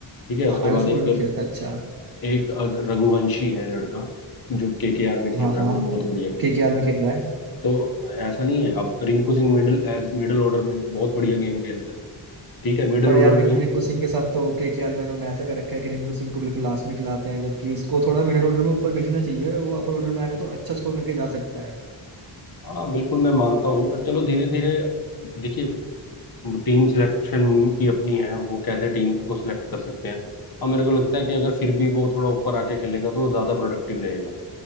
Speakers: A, on the left; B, on the right.
A: ठीक है
B: हाँ
A: उसके
B: आयुष
A: बाद
B: बोरुन
A: एक
B: खेलता है, अच्छा
A: एक अग- रघुवंशी है लड़का जो केकेआर में खेल
B: हाँ
A: रहा
B: हाँ
A: है वो बहुत बढ़िया खेल
B: केकेआर
A: रहा है
B: में खेल रहा है
A: तो ऐसा नहीं है अब Rinku Singh middle age middle order में बहुत बढ़िया गेम खेलता है ठीक है मिडल
B: पर
A: ऑर्डर
B: यार मेरे
A: में
B: को रिंकू सिंह के साथ तो ओके कि यार मैंने उन्होंने ऐसा कर रखा है कि रिंकू सिंह को बिल्कुल लास्ट में खिलाते हैं जबकि उसको थोड़ा मिडिल ऑर्डर में ऊपर भेजना चाहिए वो अपर ऑर्डर में आएगा तो अच्छा स्कोर करके जा सकता है
A: हाँ बिल्कुल मैं मानता हूँ पर चलो धीरे धीरे देखिए टीम सिलेक्शन उनकी अपनी है वो कैसे टीम को सिलेक्ट कर सकते हैं अब मेरे को लगता है कि अगर फिर भी वो थोड़ा ऊपर आके खेलेगा तो वो ज्यादा प्रोडक्टिव रहेगा